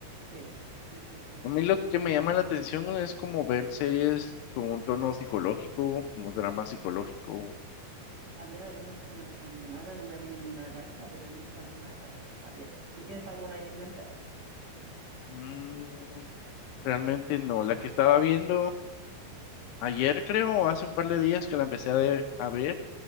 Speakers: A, on the right; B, on the left.
A: Sí, sí, sí, sí.
B: A mí lo que me llama la atención es como ver series con un tono psicológico, como drama psicológico.
A: Había algunas buenas también. Ahora no me viene ninguna a la cabeza, pero he visto alguna que también está bien. ¿Tú tienes alguna ahí en mente?
B: Mm, Realmente no. La que estaba viendo ayer, creo, o hace un par de días que la empecé a, de- a ver,